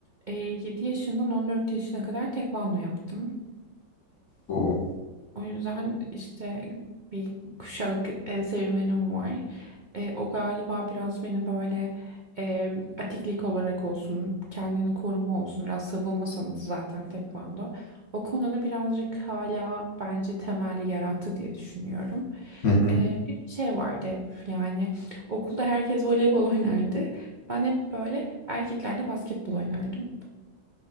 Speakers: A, on the right; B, on the left.
A: e, 7 yaşından 14 yaşına kadar tekvando yaptım.
B: Oo.
A: O yüzden işte bir kuşak e, serüvenim var. E, o galiba biraz beni böyle e, atiklik olarak olsun, kendini koruma olsun, biraz savunma sanatı zaten tekvando. O konuda birazcık hala bence temel yarattı diye düşünüyorum.
B: Hı hı.
A: E, bir şey vardı hep yani okulda herkes voleybol oynardı. Ben hep böyle erkeklerle basketbol oynardım.